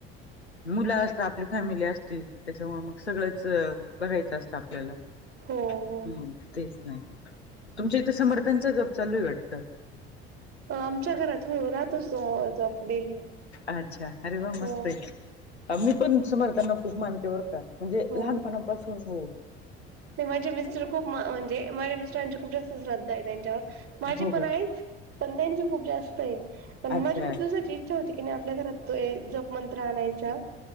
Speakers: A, on the left (about 85°); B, on the right (about 45°).
A: मुलं असतात आपली फॅमिली असतील त्याच्यामुळे मग सगळं. बघायचं?
B: हो हो
A: हम् तेच नाही तुमच्या इथं समर्थांचा जब चालू आहे वाटतं.
B: आमच्या घरात हो राहत असतो जप डेली
A: अच्छा अरे वा
B: हो
A: मस्त आहे मी पण समर त्यांना खूप मानतेवर का म्हणजे
B: हो
A: लहानपणापासून हो.
B: ते माझे मिस्टर खूप म्हणजे माझ्या मिस्टरांची खूप जास्त श्रद्धा आहे त्यांच्यावर, माझे
A: हो
B: पण
A: हो
B: आहेत.? पण त्यांची खूप जास्त आहे. पण
A: अच्छा
B: माझी खूप दिवसाची इच्छा होती की आपल्या घरात तो मंत्र आणायचा